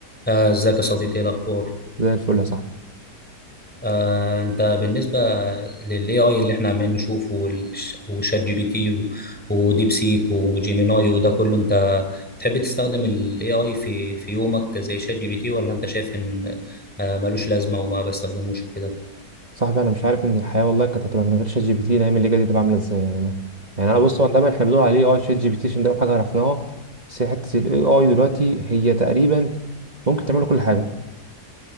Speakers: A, in the centre; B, on the right.
A: آه، ازيك يا صديقي ايه الاخبار
B: زي الفل يا صاحبي
A: آه، انت بالنسبه للاي اي اللي احنا عمالين نشوفه والش- وشات جي بي تي و- وديب سيك وجيميناي وده كله انت بتحب تستخدم الاي اي في في يومك زي شات جي بي تي ولا انت شايف ان آه، ملوش لازمه وما بستخدموش كده
B: صاحبي انا مش عارف ان الحياه والله كانت هتبقى من غير شات جي بي تي الايام اللي جايه دي تبقى عامله ازاي يعني انا يعني انا بص هو دايما احنا بنقول عليه اه شات جي بي تي عشان ده أول حاجه عرفناها بس هي حته الاي اي دلوقتي هي تقريبا ممكن تعمل كل حاجه